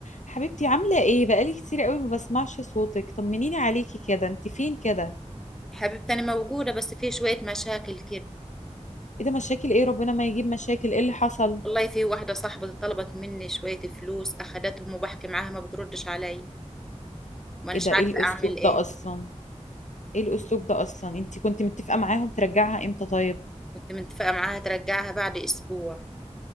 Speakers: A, on the left; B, in the centre.
A: حبيبتي عاملة ايه بقالي كتير قوي ما بسمعش صوتك طمنيني عليكي كده انت فين كده
B: حبيبتي أنا موجودة بس في شوية مشاكل كده
A: ايه ده مشاكل ايه ربنا ما يجيب مشاكل ايه اللي حصل
B: والله في واحدة صاحبتي طلبت مني شوية فلوس أخدتهم وبحكي معاها ما بتردش علي وأناش
A: ايه ده
B: عارفة
A: ايه الاسلوب
B: أعمل إيه
A: ده اصلا ايه الاسلوب ده اصلا انت كنت متفقة معاهم ترجعها امتى طيب
B: كنت متفقة معاها ترجعها بعد أسبوع